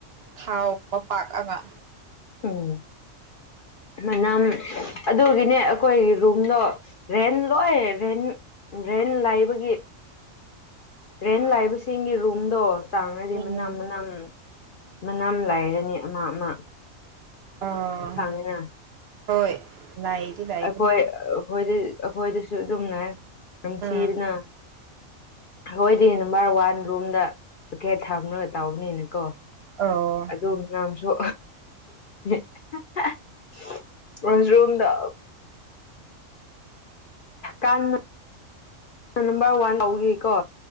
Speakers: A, on the right; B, on the left.
A: ꯊꯥꯎ ꯃꯄꯥꯛ ꯑꯃ
B: ꯑꯝ ꯃꯅꯝ ꯑꯗꯨꯒꯤꯅꯦ ꯑꯩꯈꯣꯏꯒꯤ ꯔꯨꯝꯗꯣ ꯔꯦꯟ ꯂꯣꯏ ꯔꯦꯟ ꯔꯦꯟ ꯂꯥꯏꯕꯒꯤ ꯔꯦꯟ ꯂꯥꯏꯕꯁꯤꯡꯒꯤ ꯔꯨꯝꯗꯣ ꯆꯥꯡꯉꯗꯤ
A: ꯎꯝ
B: ꯃꯅꯥ ꯃꯅꯥ ꯃꯅꯥ ꯂꯥꯏꯔꯅꯤ ꯑꯃ ꯑꯃ
A: ꯑꯣ
B: ꯈꯪꯉꯤꯅ
A: ꯍꯣꯏ ꯂꯩꯕꯅꯤ
B: ꯑꯩꯈꯣꯏ ꯑꯩꯈꯣꯏꯗ ꯑꯩꯈꯣꯏꯗꯁꯨ ꯑꯗꯨꯝꯅꯦ ꯅꯝꯊꯤꯕꯅ
A: ꯎꯝ
B: ꯑꯩꯈꯣꯏꯗꯤ ꯅꯝꯕꯔ ꯋꯥꯟ ꯔꯨꯝꯗ ꯕꯀꯦꯠ ꯊꯝꯃꯒ ꯇꯧꯕꯅꯤꯅꯀꯣ
A: ꯑꯣ
B: ꯑꯗꯨꯝ ꯃꯁꯨ <unintelligible> ꯋꯥꯁꯔꯨꯝꯗ ꯀꯥꯟ ꯅꯝꯕꯔ ꯋꯥꯟ ꯂꯧꯒꯦ <unintelligible> ꯀꯣ